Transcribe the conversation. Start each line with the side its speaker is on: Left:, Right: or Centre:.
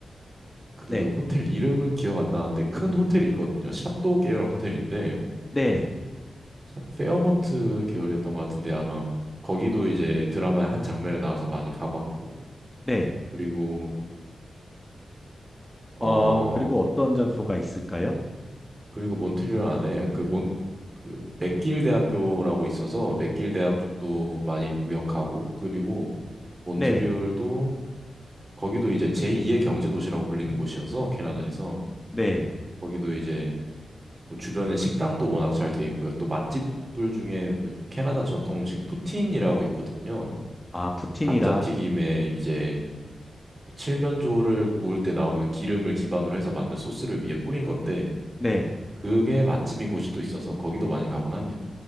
Right: 그
Left: 네,
Right: 호텔 이름은 기억 안 나는데 큰 호텔이 있거든요. 샤또 계열 호텔인데
Left: 네네,
Right: 샤- 페어몬트 계열이었던 것 같은데 아마 거기도 이제 드라마의 한 장면에 나와서 많이 가봤고
Left: 네.
Right: 그리고
Left: 어,
Right: 어,
Left: 그리고 어떤 장소가 있을까요?
Right: 그리고 몬트리올 안에 그 몬, 그 맥길 대학교라고 있어서 맥길 대학 쪽도 많이 구경 가고 그리고 몬트리올도
Left: 네네,
Right: 거기도 이제 제2의 경제 도시라고 불리는 곳이어서 캐나다에서
Left: 네.
Right: 거기도 이제 뭐 주변에 식당도 워낙 잘 돼 있고요. 또 맛집들 중에 뭐 캐나다 전통 음식 푸틴이라고 있거든요.
Left: 아, 푸틴이라,
Right: 감자튀김에 이제 뭐 칠면조를 구울 때 나오는 기름을 기반으로 해서 만든 소스를 위에 뿌린 건데
Left: 네.
Right: 그게 맛집인 곳이 또 있어서 거기도 많이 가곤 합니다.